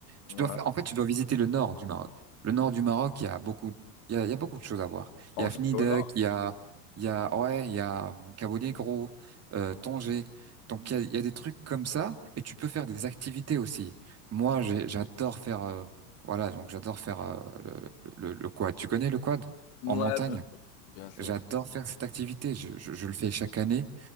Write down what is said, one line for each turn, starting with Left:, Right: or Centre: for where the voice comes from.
Right: Tu
Left: Ouais.
Right: dois fa- en fait, tu dois visiter le nord du Maroc. Le nord du Maroc, il y a beaucoup, il y a, il y a beaucoup de choses à voir.
Left: Tanger
Right: Il y a Fnideq,
Left: au nord?
Right: il y a, il y a, ouais, il y a hum, Cabo Negro, euh, Tanger. Donc, il y a, il y a des trucs comme ça, et tu peux faire des activités aussi. Moi, j'ai- j'adore faire, euh, voilà, donc j'adore faire euh, le, le, le le quad. Tu connais le quad
Left: Ouais,
Right: en montagne?
Left: bien sûr. Bien sûr.
Right: J'adore faire cette activité. je je- je le fais chaque année